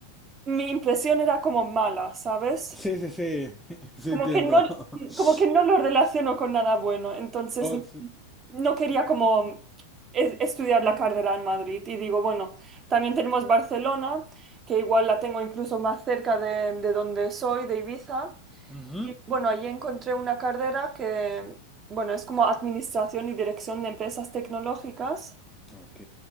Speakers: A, on the right (about 25°); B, in the centre.
A: mi impresión era como mala, ¿sabes?
B: Sí, sí, sí. <laughs> Sí,
A: Como
B: entiendo.
A: que no,
B: <laughs>
A: como que no lo relaciono con nada bueno. Entonces,
B: Oh, sí.
A: no quería como es- estudiar la carrera en Madrid. Y digo, bueno, también tenemos Barcelona, que igual la tengo incluso más cerca de, de donde soy, de Ibiza.
B: Ujú.
A: Y bueno, ahí encontré una carrera que, bueno, es como administración y dirección de empresas tecnológicas.
B: Ok.